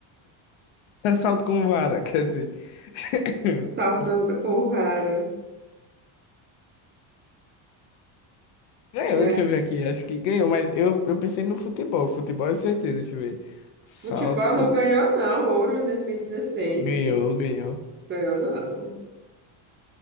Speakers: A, on the left; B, on the right.
A: Salto com vara, quer dizer. <coughs>
B: Saltando com vara.
A: Ganhou,
B: E é,
A: deixa eu ver aqui. Acho que ganhou, mas eu, eu pensei no futebol. Futebol é certeza, deixa eu ver. Salto.
B: futebol não ganhou, não. Ouro em 2016,
A: Ganhou,
B: que eu
A: ganhou.
B: ganhou, não.